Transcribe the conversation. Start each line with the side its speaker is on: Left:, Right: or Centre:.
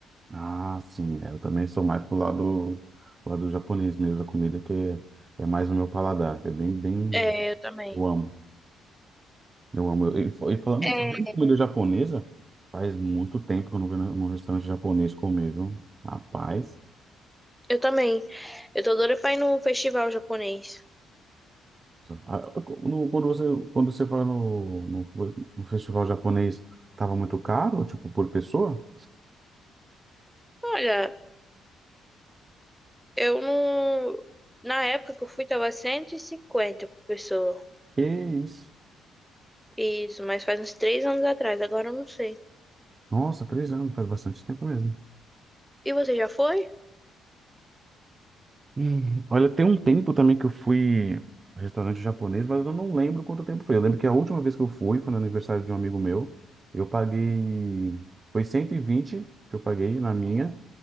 Right: Ah, sim, é, eu também sou mais pro lado, pro lado japonês mesmo, a comida que é, é mais o meu paladar, que é bem, bem,
Centre: É, eu também.
Right: eu amo, eu amo. E, fa- e falando,
Centre: É,
Right: falando em comida japonesa, faz muito tempo que eu não vou num restaurante japonês comer, viu? Rapaz.
Centre: eu também. Eu tô doida pra ir no festival japonês.
Right: Ah, no- Quando você, quando você foi no, no, no festival japonês, tava muito caro, tipo, por pessoa?
Centre: Olha, eu não. Na época que eu fui, tava 150 por pessoa.
Right: Que isso?
Centre: Isso, mas faz uns três anos atrás, agora eu não sei.
Right: Nossa, três anos, faz bastante tempo mesmo.
Centre: E você já foi?
Right: Hum, Olha, tem um tempo também que eu fui a restaurante japonês, mas eu não lembro quanto tempo foi. Eu lembro que a última vez que eu fui foi no aniversário de um amigo meu. Eu paguei. Foi 120 que eu paguei na minha.